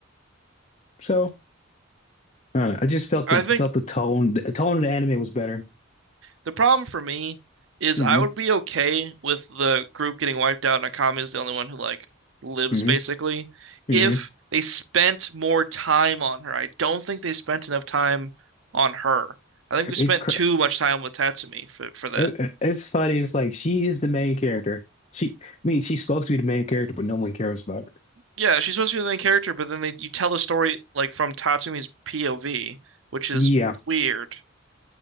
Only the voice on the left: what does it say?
So I don't know. I just felt
the
felt the tone. The tone of the anime was better.
hmm
hmm
hmm
It's
cr
it- it's funny. It's like she is the main character. She, I mean, she's supposed to be the main character, but no one cares about her.
Yeah,